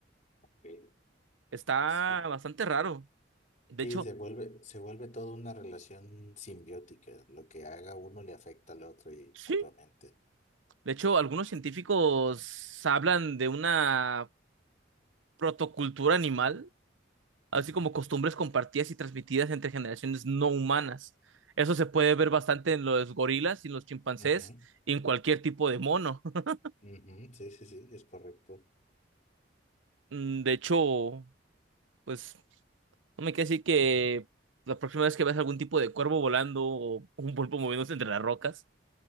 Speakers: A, on the left; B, on the right.
A: Ok.
B: Está
A: Sí.
B: bastante raro. De
A: Sí,
B: hecho,
A: se vuelve, se vuelve toda una relación simbiótica. Lo que haga uno le afecta al otro y
B: sí,
A: mutuamente.
B: de hecho algunos científicos hablan de una protocultura animal así como costumbres compartidas y transmitidas entre generaciones no humanas. Eso se puede ver bastante en los gorilas y en los chimpancés
A: Ujú,
B: y en cualquier tipo de mono. <laughs>
A: ujú, sí, sí, sí, es correcto.
B: Mm, De hecho, pues no me queda decir que la próxima vez que veas algún tipo de cuervo volando o un pulpo moviéndose entre las rocas,